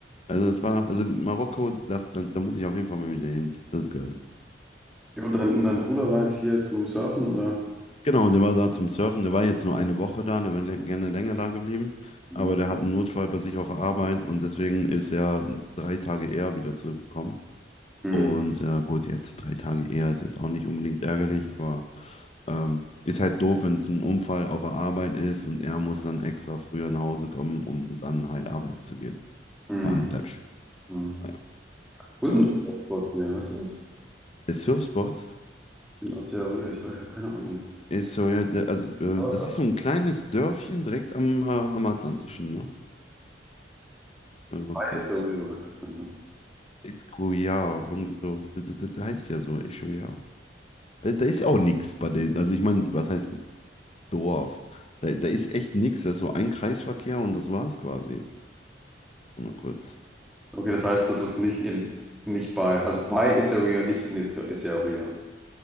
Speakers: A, on the left; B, in the centre.
A: Also es war, also Marokko, da, da, da muss ich auf jeden Fall mal wieder hin. Das ist geil.
B: Ja, Und dein, und dein Bruder war jetzt hier zum Surfen, oder?
A: Genau, der war da zum Surfen. Der war jetzt nur eine Woche da, der wäre lä- gerne länger da geblieben.
B: Mhm.
A: Aber der hat einen Notfall bei sich auf der Arbeit und deswegen ist er drei Tage eher wieder zurückgekommen.
B: Mhm.
A: Und äh, gut, jetzt drei Tage eher ist jetzt auch nicht unbedingt ärgerlich, aber ähm, ist halt doof, wenn es ein Unfall auf der Arbeit ist und er muss dann extra früher nach Hause kommen, um dann halt arbeiten zu gehen.
B: Mhm.
A: War halt läppisch.
B: Mhm.
A: Naja.
B: Wo
A: Äh,
B: ist denn das Surfboard hier? Weißt du das?
A: Der Surfspot
B: In Asteria, ich weiß, ich habe keine Ahnung.
A: ist so, ja, der- also äh,
B: Oder?
A: das ist so ein kleines Dörfchen direkt am, äh, am Atlantischen, ne? Warte mal
B: Bei
A: kurz.
B: Asteria bekannt ne?
A: Escuyao, irgendwie so. Das, das, das heißt ja so, Escuyao. Da, da ist ja auch nichts bei denen. Also ich meine, was heißt Dorf? Da, da ist echt nichts. Das ist so ein Kreisverkehr und das war's quasi. Mal kurz.
B: Okay, das heißt, das ist nicht in, nicht bei, also bei Asteria, nicht in Asteria.